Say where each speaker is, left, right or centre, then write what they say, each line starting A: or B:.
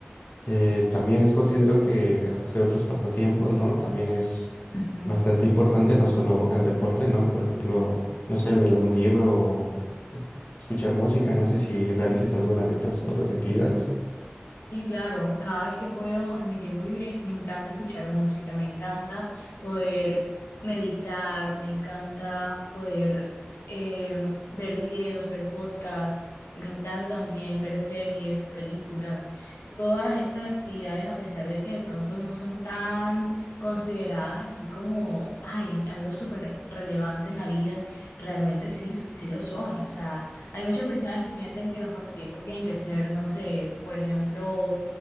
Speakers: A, on the left; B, on the left.
A: Eh, también considero que hacer otros pasatiempos, ¿no? También es
B: Ujú.
A: bastante importante, no solo el deporte, ¿no? Por ejemplo, no sé, leer algún libro o es- escuchar música, no sé si realices alguna de estas otras actividades.
B: Sí, claro, cada vez que puedo en mi tiempo libre me encanta escuchar música, me encanta poder meditar, me encanta poder eh, ver videos, ver podcasts, me encanta también ver series, películas. Todas estas actividades, a pesar de que de pronto no son tan consideradas así como, ay, algo súper relevante en la vida, realmente sí, sí lo son. O sea, hay muchas personas que piensan que los pasatiempos tienen que ser, no sé, por ejemplo,